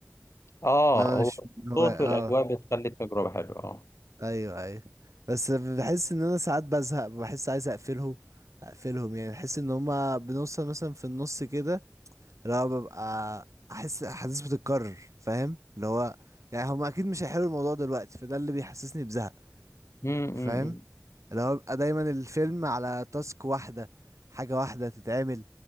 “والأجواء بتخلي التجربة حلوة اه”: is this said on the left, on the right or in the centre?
Left